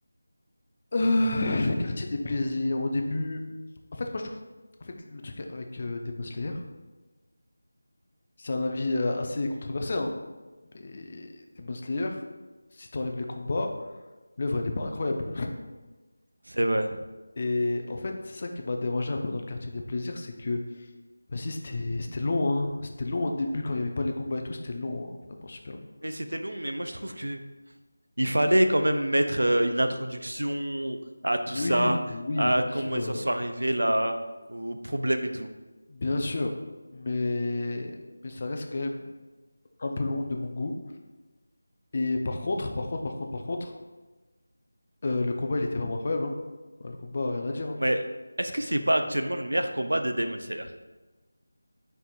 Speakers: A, on the left; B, on the right.
A: Euh, le quartier des plaisirs, au début. En fait, moi je trouve. En fait, le truc avec euh, Demon Slayer, c'est un avis euh, assez controversé, hein. Mais Demon Slayer, si t'enlèves les combats, l'œuvre elle est pas incroyable.
B: C'est vrai.
A: Et en fait, c'est ça qui m'a dérangé un peu dans le quartier des plaisirs, c'est que, vas-y, c'était c'était long, hein. C'était long au début quand il n'y avait pas les combats et tout, c'était long, hein. Vraiment super long.
B: Et c'était long, mais moi, je trouve que il fallait quand même mettre euh, une introduction à tout
A: Oui,
B: ça,
A: oui,
B: à
A: bien sûr,
B: comment ils en sont arrivés là, aux problèmes et tout.
A: bien sûr, mais, mais ça reste quand même un peu long de mon goût. Et par contre, par contre, par contre, par contre, euh, le combat, il était vraiment incroyable, hein. Bah, le combat, rien à dire, hein.
B: Mais est-ce que c'est pas actuellement le meilleur combat de Demon Slayer?